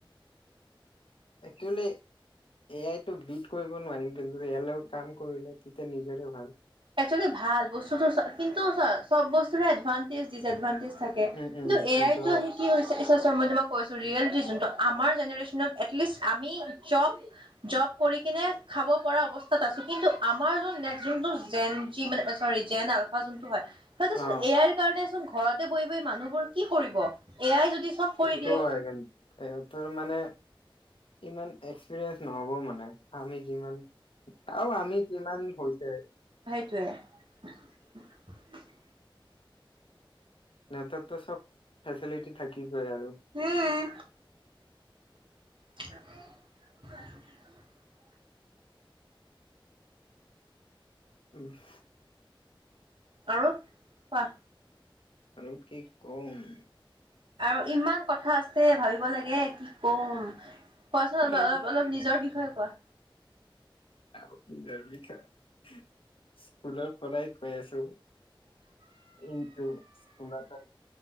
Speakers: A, on the left; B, on the right.
A: একচুৱেলি এ আইতটো বিট কৰিব নোৱাৰিম কিন্তু ইয়াৰ লগত কাম কৰিলে তেতিয়া নিজৰে ভাল
B: একচুৱেলি ভাল বস্তুতটো কিন্তু চ চব বস্তুৰে এডভানটেজ ডিচ এডভানটেজ থাকে
A: উম,
B: কিন্তু
A: উম,
B: এ
A: এইটো
B: আইতটো আহি কি হৈছে চোৱা চোৱা মই কৈ আছো ৰিয়েলিটি যোনটো আমাৰ জেনেৰে্চনত এটলিষ্ট আমি জব জব কৰি কিনে খাব পৰা অৱস্থাত আছো কিন্তু আমাৰ যোন নেক্স যোনটো জেন যি মানে চৰি জেন আলফা যোনটো হয় সেইটোচোন
A: অ',
B: এ আইৰ কাৰণেচোন ঘৰতে বহি বহি মানুহবোৰ কি কৰিব এ আই যদি চব কৰি
A: সেইটো
B: দিয়ে
A: হয় এই তোৰ মানে ইমান এক্সপিৰিয়েঞ্চ নহব মানে আমি যিমান চাও আমি কিমান হৈছে
B: সেইটোৱে
A: নেটত ত চব ফেচিলিটি থাকিবই আৰু
B: উম <inaudible>
A: উম <inaudible>
B: আৰু কোৱা
A: আৰু কি কম
B: আৰু ইমান কথা আছে ভাবিব লাগে কি কম কোৱাচোন
A: এ
B: অল অলপ নিজৰ বিষয়ে কোৱা
A: ও নিজৰ বিষয়ে স্কুলৰ পৰাই কৈ আছো এইটো স্কুল এটা